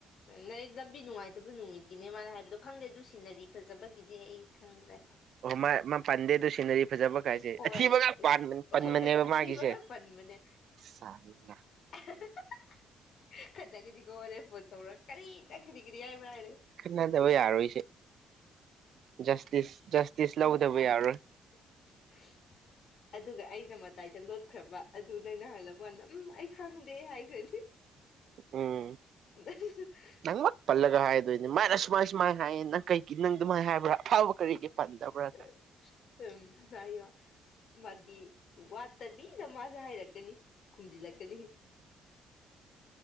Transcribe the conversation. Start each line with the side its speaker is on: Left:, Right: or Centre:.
Left: ꯅꯣꯏ ꯂꯝꯕꯤ ꯅꯨꯡꯉꯥꯏꯇꯕ ꯅꯨꯃꯤꯠꯀꯤꯅꯦ ꯃꯥꯅ ꯍꯥꯏꯕꯗꯣ ꯈꯪꯗꯦ ꯑꯗꯨ ꯁꯤꯟꯅꯔꯤ ꯐꯖꯕꯒꯤꯗꯤ ꯑꯩ ꯈꯪꯗ꯭ꯔꯦ
Right: ꯑꯣ ꯃꯥ ꯃꯥ ꯄꯟꯗꯦ ꯗꯨ ꯁꯤꯅꯔꯤ ꯐꯖꯕ ꯀꯥꯏꯁꯦ
Left: ꯍꯣꯏ
Right: ꯑꯊꯤꯕ ꯉꯥꯛ ꯄꯥꯟꯕ ꯄꯟꯕꯅꯦꯕ
Left: ꯍꯣꯏ ꯑꯊꯤꯕꯒ
Right: ꯃꯥꯒꯤꯁꯦ
Left: ꯄꯟꯕꯅꯦ
Right: ꯁꯜꯂꯥ
Left: <unintelligible> ꯈꯠꯅꯒꯅꯤꯀꯣ ꯍꯣꯔꯦꯟ ꯐꯣꯟ ꯇꯧꯔ ꯀꯔꯤ ꯅꯪ ꯀꯔꯤ ꯀꯔꯤ ꯍꯥꯏꯕ꯭ꯔꯥ ꯍꯥꯏꯔ
Right: ꯊꯖꯕ ꯌꯥꯔꯔꯣꯏꯁꯤ ꯖꯁꯇꯤꯁ ꯖꯁꯇꯤꯁ
Left: ꯎꯝ
Right: ꯂꯧꯗꯕ ꯌꯥꯔꯣꯏ
Left: <inaudible> ꯑꯗꯨꯒ ꯑꯩꯅ ꯃꯇꯥꯏꯗ ꯂꯣꯠꯈ꯭ꯔꯕ ꯑꯗꯨ ꯅꯪꯅ ꯍꯜꯂꯛꯄꯥ ꯒꯥꯟꯗ ꯎꯝ ꯑꯩ ꯈꯪꯗꯦ ꯍꯥꯏꯈ꯭ꯔꯅꯤ
Right: ꯎꯝ
Left: <unintelligible>
Right: ꯅꯪꯃꯛ ꯄꯜꯂꯒ ꯍꯥꯏꯗꯣꯏꯅꯦ ꯃꯥꯅ ꯁꯨꯃꯥꯏ ꯁꯨꯃꯥꯏꯅ ꯍꯥꯏꯌꯦ ꯅꯪ ꯀꯩꯒꯤ ꯅꯪ ꯑꯗꯨꯃꯥꯏꯅ ꯍꯥꯏꯕ꯭ꯔꯥ ꯑꯐꯕ ꯀꯔꯤꯒꯤ ꯄꯟꯗꯕ꯭ꯔꯥꯅ
Left: <unintelligible> ꯃꯥꯗꯤ ꯋꯥꯠꯇꯕꯤꯗ ꯃꯥꯁꯨ ꯍꯥꯏꯔꯛꯀꯅꯤ ꯈꯨꯝꯖꯤꯜꯂꯛꯀꯅꯤ